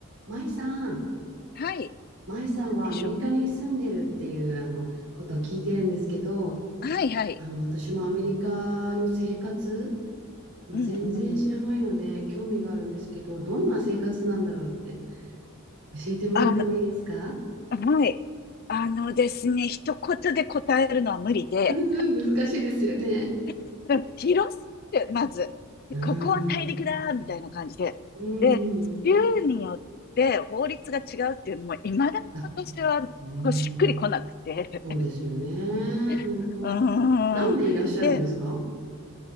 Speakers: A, on the right; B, on the left.
A: 舞さん、
B: はい。
A: 舞さんはアメリカに住んでるっていうあのことを聞いてるんですけど、
B: なんでしょうはいはい。
A: あの私もアメリカの生活、あの全然知らないので興味があるんですけど、
B: うんうん。
A: どんな生活なんだろうって教えてもらってもいいですか
B: あの、はい。あのですね、一言で答えるのは無理で、
A: うんうん、難しいですよね。
B: <laughs> 広すぎて、まず、
A: うん、
B: ここは大陸だみたいな感じで。
A: うんうん。
B: で、州によって法律が違うっていうのも、いまだに私はこうしっくりこなくて。
A: あ、うん、そうですよね。本当。
B: <laughs> うーん。
A: 何年いらっしゃるんですか
B: で、